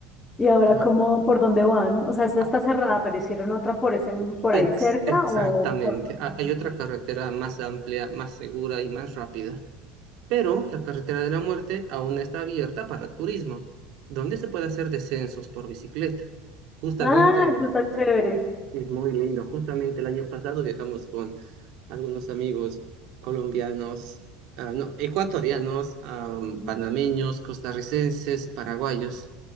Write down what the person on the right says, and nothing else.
Ajá.
Ah,
ex-
exactamente.
Ah, Hay
otra carretera más amplia, más segura y más rápida. pero la carretera de la muerte aún está abierta para turismo, donde se puede hacer descensos por bicicleta. Justamente
es muy lindo. Justamente el año pasado viajamos con algunos amigos colombianos, ah, no, ecuatorianos, am,
panameños, costarricenses, paraguayos,